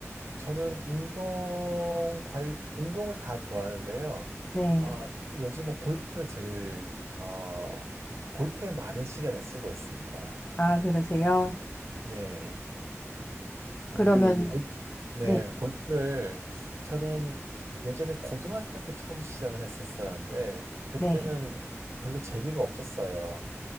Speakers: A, on the right; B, on the left.
A: 저는 운동 관, 운동을 다 좋아하는데요.
B: 네.
A: 어, 특히 요즘은 골프를 제일, 어, 골프에 많은 시간을 쓰고 있습니다.
B: 아, 그러세요?
A: 네. 그
B: 그러면
A: 골, 네,
B: 네.
A: 골프를 저는 예전에 고등학교 때 처음 시작을 했었었는데 그때는
B: 네.
A: 별로 재미가 없었어요.